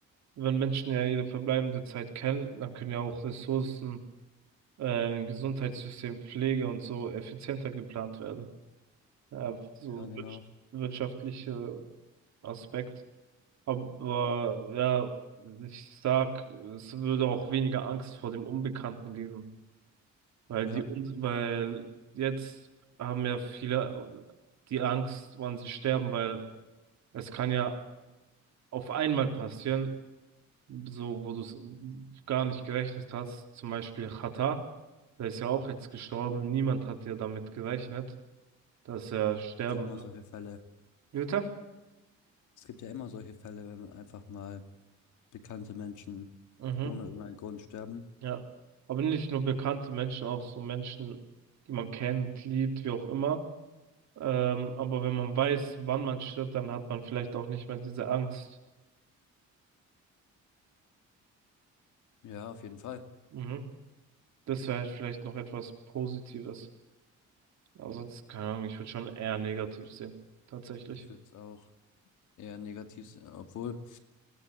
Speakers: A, on the right; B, on the left.
A: wenn Menschen ja ihre verbleibende Zeit kennen, dann können ja auch Ressourcen, äh, im Gesundheitssystem, Pflege und so effizienter geplant werden. Ja, so
B: Ja,
A: ein
B: genau.
A: wir wirtschaftlicher Aspekt. Aber ja, ich sag, es würde auch weniger Angst vor dem Unbekannten geben. Weil
B: Ja,
A: die, Un- weil jetzt haben ja viele die Angst, wann sie sterben, weil es kann ja auf einmal passieren, so wo du es gar nicht gerechnet hast. Zum Beispiel Xatar, der ist ja auch jetzt gestorben. Niemand hat ja damit gerechnet, dass er
B: ja,
A: sterben
B: es gibt ja immer
A: wird.
B: solche Fälle.
A: Jutta?
B: Es gibt ja immer solche Fälle, wenn man einfach mal bekannte Menschen
A: Mhm,
B: ohne irgendeinen Grund sterben.
A: ja. Aber nicht nur bekannte Menschen, auch so Menschen, die man kennt, liebt, wie auch immer. Ähm, aber wenn man weiß, wann man stirbt, dann hat man vielleicht auch nicht mehr diese Angst.
B: Ja, auf jeden Fall.
A: Mhm. Das wäre vielleicht noch etwas Positives. Aber sonst, keine Ahnung, ich würde schon eher negativ sehen. Tatsächlich.
B: Ich würde es auch eher negativ sehen, obwohl